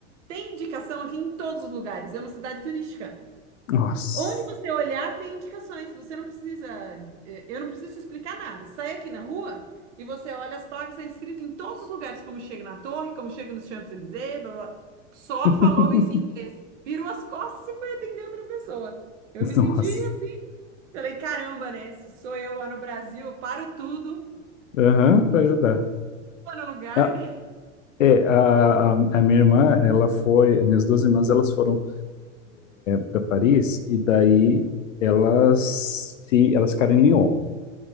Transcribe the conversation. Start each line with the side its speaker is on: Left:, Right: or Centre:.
Right: tem indicação aqui em todos os lugares, é uma cidade turística.
Left: Nossa.
Right: Onde você olhar tem indicações. Você não precisa, eh, eu não preciso te explicar nada. Sai aqui na rua e você olha as placas, está escrito em todos os lugares, como chega na torre, como chega nos Champs-Élysées, blá, blá. Só
Left: <laughs>
Right: falou isso em inglês. Virou as costas e foi atender outra pessoa. Eu
Left: Nossa.
Right: me senti assim. Falei, caramba, né? Se sou eu lá no Brasil, eu paro tudo,
Left: Aham, pra ajudar.
Right: vou no lugar,
Left: Ah,
Right: né?
Left: é, a, a, a minha irmã, ela foi. As minhas duas irmãs, elas foram para Paris e daí elas, se, elas ficaram em Lyon.